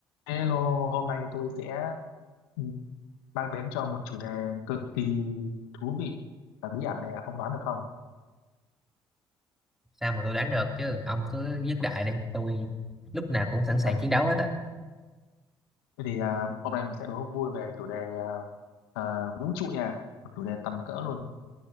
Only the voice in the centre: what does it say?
sao mà tôi đoán được chứ ông cứ dứt đại đi tôi lúc nào cũng sẵn sàng
chiến đấu hết á